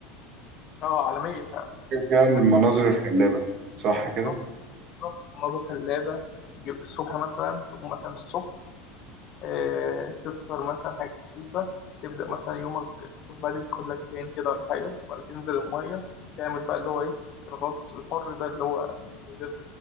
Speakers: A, on the left; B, on the right.
A: اه عالمية فعلا
B: وفيها المناظر
A: لا،
B: الخلابة صح كده؟
A: بالظبط بالظبط مناظر خلابة تجيب الصبح مثلا تقوم مثلا الصبح آه تفطر مثلا حاجة خفيفة تبدأ مثلا يومك الصبح بدري تاخد لك تان كده ولا حاجة ولا تنزل المية تعمل بقى اللي هو ايه الغطس الحر ده اللي هو من غير